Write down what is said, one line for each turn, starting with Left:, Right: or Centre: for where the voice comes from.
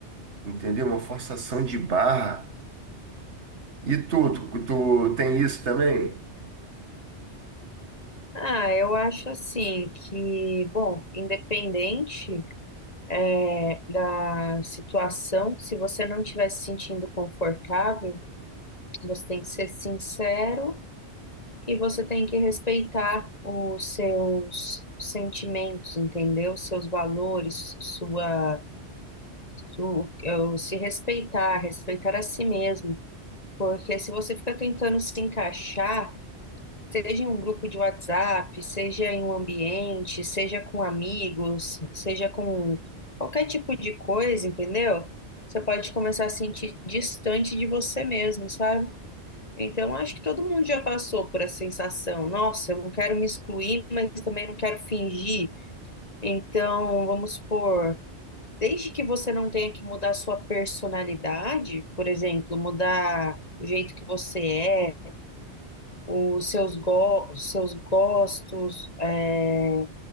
Right: entendeu? Uma forçação de barra. E tu, tu, tu tem isso também?
Left: Ah, eu acho assim que, bom, independente é, da situação, se você não estiver se sentindo confortável, você tem que ser sincero e você tem que respeitar os seus sentimentos, entendeu? Seus valores, sua, su- eh, se respeitar, respeitar a si mesmo. Porque se você fica tentando se encaixar, seja em um grupo de WhatsApp, seja em um ambiente, seja com amigos, seja com qualquer tipo de coisa, entendeu? Você pode começar a se sentir distante de você mesmo, sabe? Então, acho que todo mundo já passou por essa sensação. Nossa, eu não quero me excluir, mas também não quero fingir. Então, vamos supor, desde que você não tenha que mudar sua personalidade, por exemplo, mudar o jeito que você é os seus, go os seus gostos, é,